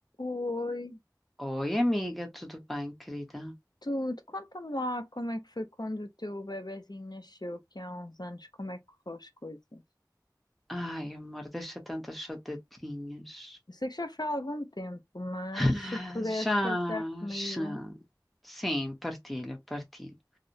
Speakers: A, on the left (about 65°); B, in the centre.
A: Oi,
B: Oi, amiga, tudo bem, querida?
A: tudo. Conta-me lá como é que foi quando o teu bebezinho nasceu, que há uns anos, como é que correu as coisas?
B: Ai, amor, deixa tantas saudadinhas.
A: Eu sei que já foi há algum tempo, mas
B: Ah,
A: se puderes
B: Já,
A: partilhar comigo,
B: já. Sim, partilho, partilho.